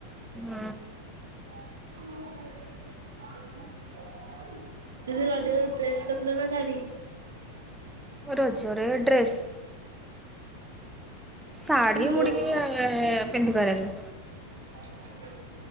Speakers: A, in the centre; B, on the right.
A: ହଁ।
B: <inaudible> ଦିଦି ରଜରେ ଡ୍ରେସ୍ କରିଥିଲ ନା ଶାଢୀ?
A: ରଜରେ ଡ୍ରେସ୍। ଶାଢୀ
B: ଡ୍ରେସ୍
A: ମୁଁ ଟିକେ ପିନ୍ଧି ପାରେନି।
B: <inaudible>